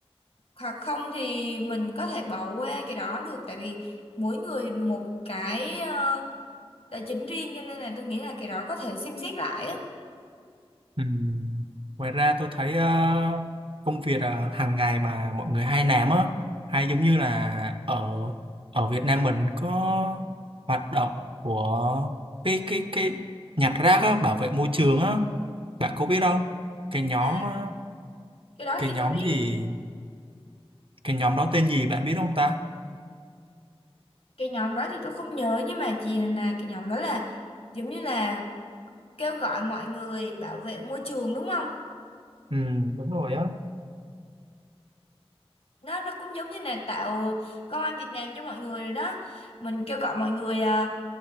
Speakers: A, on the left; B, on the right.
A: hoặc không thì mình có thể bỏ qua cái đó được tại vì mỗi người một cái ờ, tài chính riêng cho nên là tôi nghĩ là cái đó có thể xem xét lại á
B: Ừm, ngoài ra tôi thấy ờ, công việc ờ, hàng ngày mà mọi người hay làm á hay giống như là ở ở Việt Nam mình có hoạt động của cái cái cái nhặt rác á, bảo vệ môi trường á bạn có biết không cái nhóm
A: à,
B: ờ,
A: cái đó
B: cái
A: thì
B: nhóm
A: tôi biết
B: gì Cái nhóm đó tên gì bạn biết không ta?
A: cái nhóm đó thì tôi không nhớ nhưng mà chỉ là cái nhóm đó là giống như là kêu gọi mọi người bảo vệ môi trường đúng không
B: Ừ, đúng rồi á.
A: đó nó cũng giống như là tạo công an Việt Nam cho mọi người rồi đó mình kêu gọi mọi người ờ,